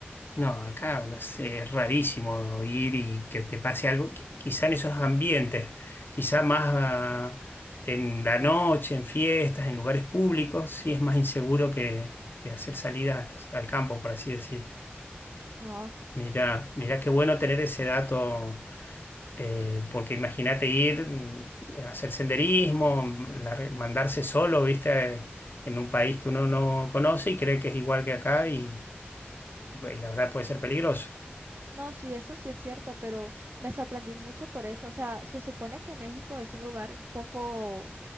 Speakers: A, on the left; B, on the right.
A: No, acá no sé, es rarísimo ir y que te pase algo, qui- quizá en esos ambientes, quizá más ah, en la noche, en fiestas, en lugares públicos, sí es más inseguro que, que hacer salidas al campo, por así decir.
B: No,
A: Mirá, mirá qué bueno tener ese dato Eh, porque imagínate ir mm, a hacer senderismo, mm, lar- mandarse solo, viste, en un país que uno no conoce y cree que es igual que acá y, y la verdad puede ser peligroso.
B: no, sí, eso sí es cierto, pero me sorprendí mucho por eso. O sea, se supone que México es un lugar un poco,